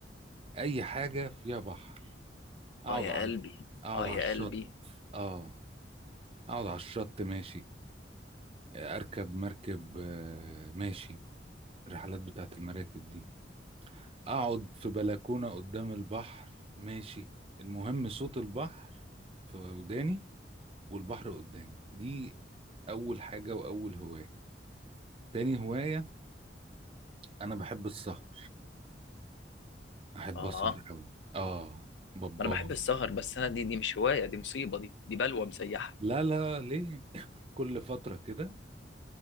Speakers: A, on the right (about 30°); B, on the left (about 75°).
A: اي حاجة فيها بحر اقعد
B: اه يا
A: على
B: قلبي
A: اقعد
B: اه
A: على
B: يا
A: الشط
B: قلبي
A: اه اقعد على الشط ماشي اركب مركب آه، ماشي الرحلات بتاعت المراكب دي اقعد في بلكونة قدام البحر ماشي المهم صوت البحر في وداني والبحر قدامي دي اول حاجة واول هواية تاني هواية انا بحب السهر احب
B: اه
A: اسهر قوي اه بابا
B: ما انا بحب السهر بس انا دي دي مش هوايه دي مصيبه دي دي بلوه مسيحه
A: لا لا ليه كل فترة كده